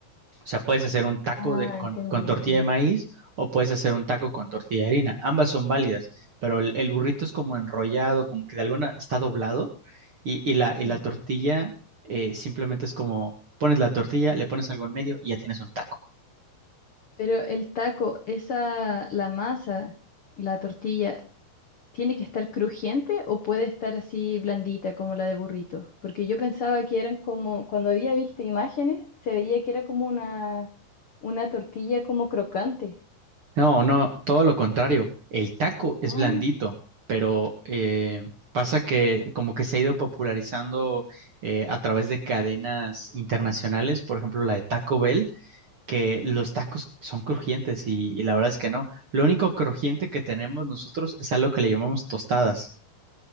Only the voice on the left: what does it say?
Ah,
entendí,
entendí.
Sí.
Pero el taco, esa, la masa, la tortilla, ¿tiene que estar crujiente o puede estar así blandita como la de burrito? Porque yo pensaba que eran como, cuando había visto imágenes, se veía que era como una, una tortilla como crocante.
Oh,